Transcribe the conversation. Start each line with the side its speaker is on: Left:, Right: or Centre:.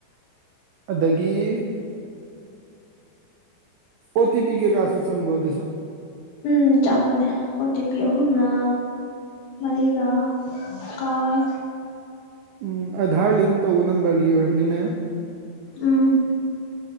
Right: ꯑꯗꯒꯤ ꯑꯣꯇꯤ ꯄꯤ ꯀꯩꯀꯥꯁꯨ ꯆꯪꯕ ꯑꯗꯨꯗꯣ
Left: ꯎꯝ ꯆꯪꯕꯅꯦ ꯑꯣ ꯇꯤ ꯄꯤ ꯑꯍꯨꯝꯂꯥ ꯃꯔꯤꯔꯥ ꯀꯥꯎꯔꯦ
Right: ꯎꯝ ꯑꯙꯥꯔ ꯂꯤꯡ ꯇꯧꯕ ꯅꯝꯕꯔꯒꯤ ꯑꯣꯏꯔꯝꯅꯤꯅꯦ
Left: ꯎꯝ